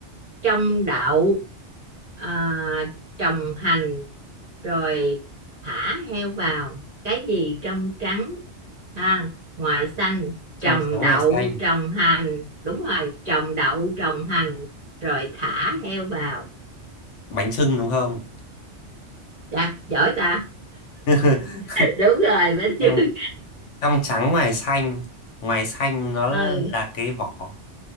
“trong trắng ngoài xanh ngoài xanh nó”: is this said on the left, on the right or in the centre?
Left